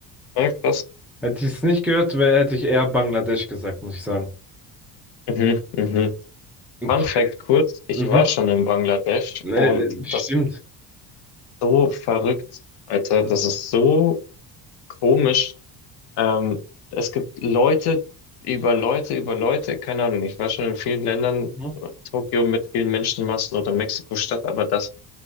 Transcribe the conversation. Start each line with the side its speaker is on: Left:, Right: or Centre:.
Left: Ja, krass.
Centre: Hätte ich es nicht gehört, wär, hätte ich eher Bangladesch gesagt, muss ich sagen.
Left: Mhm, mhm.
Centre: Okay.
Left: Fun Fact kurz, ich
Centre: Mhm.
Left: war schon in Bangladesch
Centre: Nee,
Left: und
Centre: nee,
Left: das
Centre: stimmt.
Left: ist so verrückt, Alter. Das ist so komisch. Ähm, es gibt Leute über Leute über Leute, keine Ahnung. Ich war schon in vielen Ländern,
Centre: Mhm.
Left: äh, Tokio mit vielen Menschenmassen oder Mexiko-Stadt, aber das,